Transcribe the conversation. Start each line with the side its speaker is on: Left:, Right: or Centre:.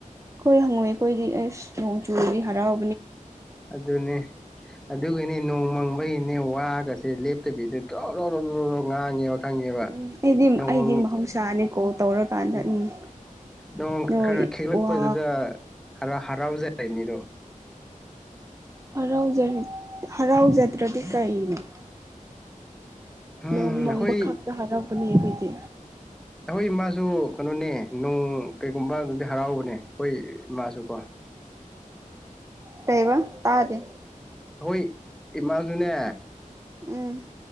Right: ꯈꯣꯏ ꯍꯪꯉꯣꯏ ꯑꯩꯈꯣꯏꯗꯤ ꯑꯦꯁ ꯅꯣꯡ ꯆꯨꯔꯗꯤ ꯍꯔꯥꯎ꯫
Centre: ꯑꯗꯨꯅꯦ ꯑꯗꯨꯒꯤꯅꯦ ꯅꯣꯡ ꯃꯪ꯫ ꯍꯣꯏꯅꯦ ꯋꯥꯒꯁꯦ ꯂꯦꯞꯇꯕꯤꯗ꯫ ꯆꯣꯔꯣꯔꯣꯔꯣꯔꯣ ꯉꯥꯡ꯫ <unintelligible> ꯈꯪꯉꯦꯕ
Right: ꯎꯝ ꯑꯩꯗꯤ
Centre: ꯅꯣꯡ
Right: ꯑꯩꯗꯤ
Centre: ꯅ
Right: ꯃꯍꯧꯁꯥꯅꯤ ꯀꯣꯜ ꯇꯧꯔꯀꯥꯟꯗ ꯎꯝ
Centre: ꯅꯣꯡ ꯈꯔ
Right: ꯅꯣꯏ
Centre: ꯈꯔ ꯈꯤꯛꯂꯛꯄꯗꯁꯤꯗ
Right: ꯋꯥ
Centre: ꯍꯔꯥꯎꯖꯔꯅꯤꯗꯣ꯫
Right: ꯍꯔꯥꯎ ꯍꯔꯥꯎꯖꯗ꯭ꯔꯗꯤ ꯀꯩꯅꯣ꯫
Centre: ꯎꯝ
Right: ꯅꯣꯡ ꯃꯪꯕ
Centre: ꯑꯩꯈꯣꯏ
Right: ꯈꯛꯇ ꯍꯔꯥꯎꯕꯅꯦ ꯑꯩꯈꯣꯏꯁꯦ꯫
Centre: ꯑꯩꯈꯣꯏ ꯏꯃꯥꯁꯨ ꯀꯩꯅꯣꯅꯦ ꯅꯣꯡ ꯀꯩꯒꯨꯝꯕ ꯑꯗꯨꯗꯤ ꯍꯔꯥꯎꯕꯅꯦ ꯑꯩꯈꯣꯏ ꯏꯃꯥꯁꯨꯀꯣ꯫
Right: ꯀꯩꯕ ꯇꯥꯗꯦ꯫
Centre: ꯑꯍꯣꯏ ꯏꯃꯥꯁꯨꯅꯦ꯫
Right: ꯎꯝ꯫